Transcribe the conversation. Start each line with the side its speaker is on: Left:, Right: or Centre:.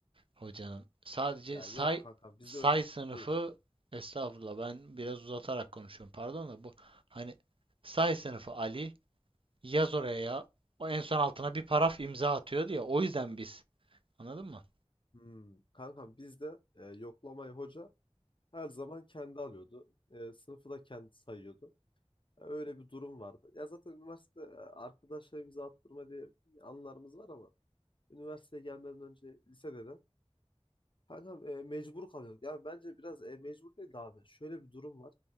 Right: hocanın. Sadece
Left: Ya
Right: say
Left: yok kankam bizde
Right: say
Left: ö-
Right: sınıfı
Left: buyur.
Right: estağfurullah ben biraz uzatarak konuşuyorum. Pardon da bu hani say sınıfı Ali yaz oraya ya. O en son altına bir paraf imza atıyordu ya. O yüzden biz. Anladın mı?
Left: Hmm, kankam bizde e, yoklamayı hoca her zaman kendi alıyordu. E, sınıfı da kendi sayıyordu. Hani Öyle bir durum vardı. Ya zaten üniversitede e, arkadaşlarımıza attırma diye anılarımız var ama üniversiteye gelmeden önce lisede de kankam e, mecbur kalıyorduk. Yani bence biraz e, mecbur değil de abi. Şöyle bir durum var.